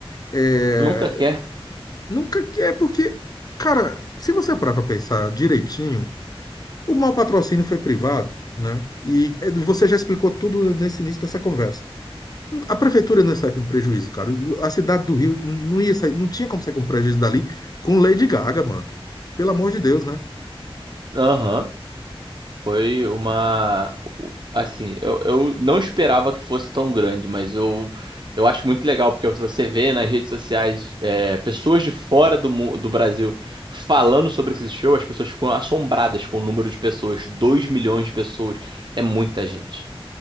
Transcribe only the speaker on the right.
Nunca quer.
Aham. Foi uma. Assim, eu, eu não esperava que fosse tão grande, mas eu, eu acho muito legal, porque você vê nas redes sociais é, pessoas de fora do, mu- do Brasil falando sobre esse show, as pessoas ficam assombradas com o número de pessoas, 2 milhões de pessoas. É muita gente.